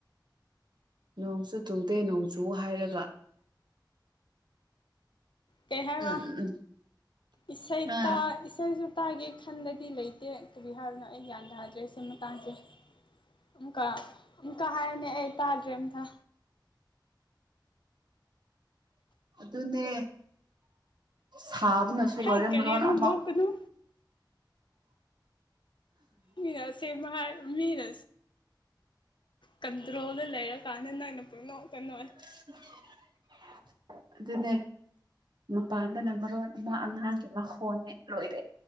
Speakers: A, on the right; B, on the left.
A: ꯅꯣꯡ ꯆꯨ ꯆꯨꯗꯦ ꯅꯣꯡ ꯆꯨ ꯍꯥꯏꯔꯒ
B: ꯀꯩ ꯍꯥꯏꯕ
A: ꯎꯝ ꯎꯝ
B: ꯏꯁꯩ
A: ꯍꯥ
B: ꯇ ꯏꯁꯩ ꯁꯨ ꯇꯥꯒꯦ ꯈꯟꯗꯗꯤ ꯂꯩꯇꯦ ꯀꯔꯤ ꯍꯥꯏꯕꯅꯣ ꯑꯩ ꯒ꯭ꯌꯥꯟ ꯇꯥꯖ꯭ꯔꯦ ꯁꯤ ꯃꯇꯥꯡꯁꯦ ꯑꯝꯀ ꯑꯃꯨꯀ ꯍꯥꯏꯅꯦ ꯑꯩ ꯇꯥꯗ꯭ꯔꯦ ꯑꯝꯇ
A: ꯑꯗꯨꯅꯦ ꯊꯥꯕꯅꯁꯨ
B: ꯍꯩ
A: ꯂꯣꯏꯔꯝꯕ
B: ꯀꯔꯤꯔꯣ
A: ꯂꯣꯟ ꯑꯃ
B: ꯅꯣꯛꯀꯅꯨ ꯃꯤꯅ ꯑꯁꯦꯡꯕ ꯍꯥꯏꯔꯒ ꯃꯤꯅ ꯀꯟꯗ꯭ꯔꯣꯗ ꯂꯩꯔ ꯀꯥꯟꯅ ꯅꯪꯅ ꯄꯨꯅꯣꯛꯇ ꯅꯣꯛ ꯑꯦ
A: <inaudible> ꯑꯗꯨꯅꯦ ꯃꯄꯥꯟꯗꯅ ꯃꯔꯣꯟ ꯑꯃ ꯑꯉꯥꯡꯒꯤ ꯃꯈꯣꯟꯅꯦ ꯂꯣꯏꯔꯦ